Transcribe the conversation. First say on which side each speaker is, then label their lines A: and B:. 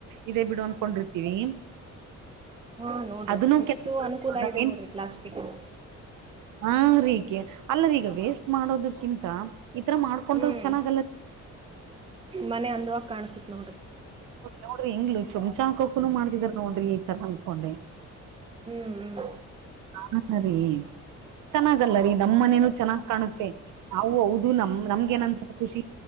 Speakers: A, on the right; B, on the right.
A: ಇದೇ ಬಿಡು ಅನ್ಕೊಂಡಿರ್ತೀವಿ.
B: ಹಾ ನೋಡ್ರಿ
A: ಅದನ್ನು
B: ಎಷ್ಟು ಅನುಕೂಲ ಇದೆ.
A: ಏನ್
B: ನೋಡ್ರಿ ಪ್ಲಾಸ್ಟಿಕ್ನು.
A: ಹಾ ರೀಗೆ ಅಲ್ಲರಿ ಈಗ ವೇಸ್ಟ್ ಮಾಡೋದಕ್ಕಿಂತ. ಈ ತರ ಮಾಡ್ಕೊಂಡ್ರು
B: ಹ್ಮ್
A: ಚೆನ್ನಾಗಲ್ಲ.
B: ಮನೆ ಅಂದವಾಗಿ ಕಾಣ್ಸುತ್ತೆ ನೋಡ್ರಿ.
A: ನೋಡ್ರಿ ಇಂಗುಳು ಚುಮಚಾ ಆಕೋನು ಮಾಡತಿದಾರ್ ನೋಡ್ರಿ ಈ ತರ ಅಂದಕೊಂಡ್ರಿ.
B: ಹ್ಮ್ ಹ್ಮ್.
A: ಆಗಲ್ಲಾ ರೀ ಚೆನ್ನಾಗಲ್ಲ ರೀ ನಮ್ಮನೇನೂ ಚೆನ್ನಾಗ್ ಕಾಣುತ್ತೆ. ನಾವು ಹೌದು ನಮ್ ನಮಗೇನು ಅನ್ಸಕತತಿ.